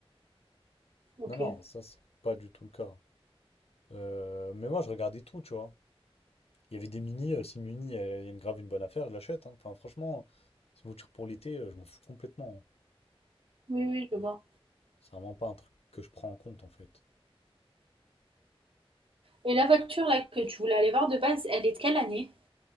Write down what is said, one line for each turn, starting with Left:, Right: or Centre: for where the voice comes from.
Right: ok.
Left: Non, non, ça c'est pas du tout le cas. Euh, mais moi je regardais tout, tu vois. Il y avait des mini, euh, si le mini euh, il y a une grave une bonne affaire, je l'achète. hein. Enfin, franchement, c'est une voiture pour l'été, euh, je m'en fous complètement. hein.
Right: Oui, oui, je vois.
Left: C'est vraiment pas un truc que je prends en compte en fait.
Right: Et la voiture là que tu voulais aller voir de base, elle est de quelle année?